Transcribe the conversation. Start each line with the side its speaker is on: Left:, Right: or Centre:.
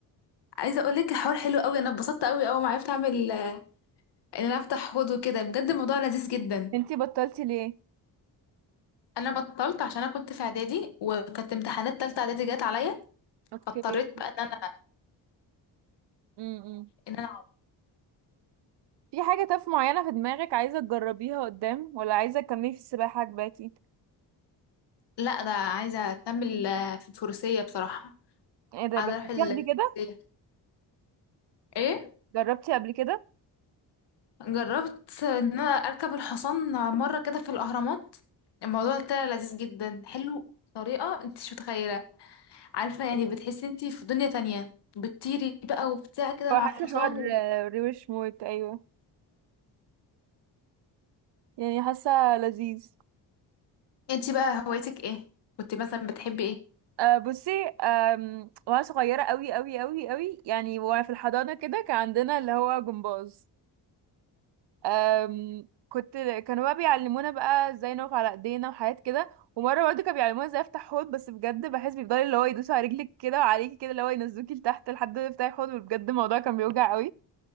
Left: عايزه اقول لك الحوار حلو قوي انا اتبسطت قوي اول ما عرفت اعمل ان انا افتح حوض وكده بجد الموضوع لذيذ جدا
Right: انتي بطلتي ليه
Left: انا بطلت عشان انا كنت في اعدادي وكانت امتحانات تالتة اعدادي جت عليا
Right: اوكي
Left: فاضطريت بقى ان انا
Right: مم.
Left: ان انا
Right: في حاجة طف معينة في دماغك عايزة تجربيها قدام ولا عايزة تكملي في السباحة عجباكي
Left: لا ده عايزه اكمل آه، في الفروسيه بصراحه
Right: ايه ده
Left: عايزه
Right: جربتيها
Left: اروح الفروسيه
Right: قبل كده
Left: ايه
Right: جربتي قبل كده
Left: جربت ان انا اركب الحصان مره كده في الاهرامات الموضوع طلع لذيذ جدا حلو بطريقه انت مش متخيله عارفه يعني بتحسي انت في دنيا تانية بتطيري بقى وبتاع كده
Right: هو
Left: مع
Right: حاسه
Left: الحصان
Right: حوار آه، روش موت ايوه يعني حاسه لذيذ
Left: انتي بقى هوايتك ايه كنت مثلا بتحبي ايه
Right: أه بصي أم، وانا صغيره قوي قوي قوي قوي يعني وانا في الحضانه كده كان عندنا اللي هو جمباز أم، كنت كانوا بقى بيعلمونا بقى ازاي نقف على ايدينا وحاجات كده ومره برضه كانوا بيعلمونا ازاي افتح حوض بس بجد بحس بيفضلوا اللي هو يدوسوا على رجلك كده وعليكي كده اللي هو ينزلوكي لتحت لحد ما تفتحي حوض وبجد الموضوع كان بيوجع